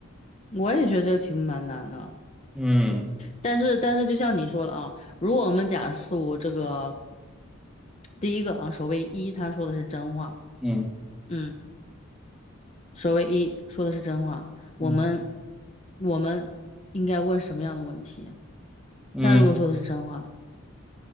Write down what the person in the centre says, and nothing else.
嗯
嗯。
嗯
嗯